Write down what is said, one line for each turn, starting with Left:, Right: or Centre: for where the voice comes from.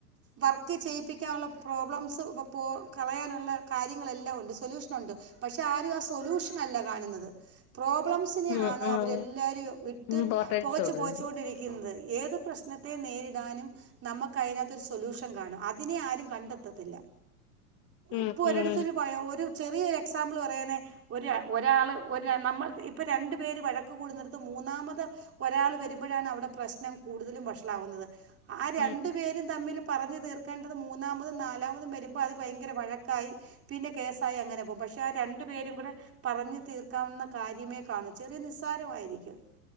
Right: വർക്ക് ചെയ്യിപ്പിക്കാനുള്ള പ്രോബ്ലംസ് ഇ പോ കളയാനുള്ള കാര്യങ്ങളെല്ലാം ഒണ്ട് സൊല്യൂഷനുണ്ട് പക്ഷെ ആരും ആ സൊല്യൂഷനല്ല കാണുന്നത്. പ്രോബ്ലംസ് നെയാണ്
Left: ഉം ഉം
Right: അവരെല്ലാവരും ഇട്ട്
Left: ഇമ്പോർട്ടൻസ്
Right: പൊകച്ചു
Left: കൊടുക്കണം
Right: പൊകച്ചു കൊണ്ടിരിക്കുന്നത് ഏത് പ്രശ്ന ത്തെ നേരിടാനും നമ്മക്ക് അയിനാത്തൊരു സൊല്യൂഷൻ കാണും അതിനെ ആരും കണ്ടെത്തത്തില്ലാ
Left: ഉം
Right: ഇപ്പോ ഒരിടത്തൊരു
Left: ഉം
Right: <unintelligible> ഒരു ചെറിയൊരു എക്സാമ്പിള് പറയാണേ ഒര് ര ഒരാള് ഒര് നമ്മള് ഇപ്പൊ രണ്ടു പേര് വഴക്ക് കൂടുന്നിടത്ത് മൂന്നാമത് ഒരാള് വരുമ്പഴാണ് അവിടെ പ്രശ്നം കൂടുതലും വഷളാവുന്നത് ആഹ് അത്
Left: ഉം
Right: രണ്ടു
Left: ഉം
Right: പേരും തമ്മില് പറഞ്ഞു തീർക്കേണ്ടത് മൂന്നാമതും നാലാമതും വരുമ്പോ അത് ഭയങ്കര വഴക്കായി പിന്നെ കേസായി അങ്ങനെ പോകും പക്ഷേ ആ രണ്ടു പേരും കൂടെ പറഞ്ഞു തീർക്കാവുന്ന കാര്യമേ കാണൂ ചെറിയ നിസ്സാരവായിരിക്കും